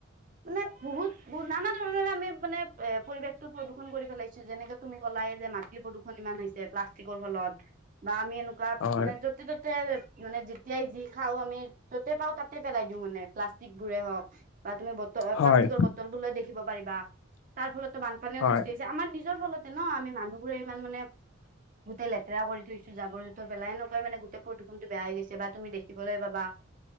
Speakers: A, on the right (about 40°); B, on the left (about 75°).
A: মানে বহুত ব নানা ধৰণৰে আমি মানে এ পৰিৱেশতটো প্ৰদূষণ কৰি পেলাইছো, যেনেকে তুমি কলাই যে মাটিৰ প্ৰদূষণ ইমান হৈছে প্লাষ্টিকৰ ফলত বা আমি মানে
B: হয়
A: যতে' ত'তে মানে যেতিয়াই যি খাও আমি য'তে পাওঁ তাতে পেলাই দিওঁ মানে প্লাষ্টিক বোৰে হওক। বা তুমি বটল
B: হয়
A: প্লাষ্টিকৰ বটল টু দেখিব পাৰিবা তাৰ ফলতো বানপানীও
B: হয়
A: সৃষ্টি হৈছে, আমাৰ নিৰ ফলতে ন আমি মানুহবোৰে ইমান মানে গোটৈ লেতেৰা কৰি থৈছো জাবৰ জোতৰ পেলাই একৈ মানে গোটে প্ৰদূষণৰ বেয়া হৈ গৈছে তু দেখি <unintelligible> পাবা।